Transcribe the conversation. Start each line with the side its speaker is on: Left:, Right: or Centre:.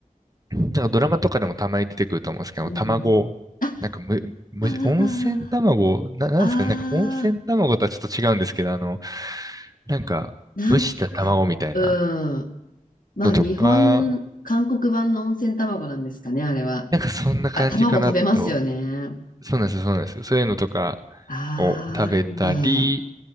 Right: なんかドラマとかでもたまに出てくると思うんですけど、
Left: うん
Right: 卵、
Left: あ、
Right: なんかむ、む、
Left: あ
Right: 温泉卵、な、なんですかね、
Left: あああ
Right: なんか温泉卵とはちょっと違うんですけど、あの、なんか、
Left: なんか、
Right: 蒸した卵みたいな
Left: うん。まあ、
Right: のとか、
Left: 日本、韓国版の温泉卵なんですかね、あれは。
Right: なんかそんな感じかなと。
Left: あ、卵食べますよね。
Right: そうなんですよ、そうなんですよ。そういうのとか
Left: ああ、
Right: を食べたり、
Left: あるんだ。あ、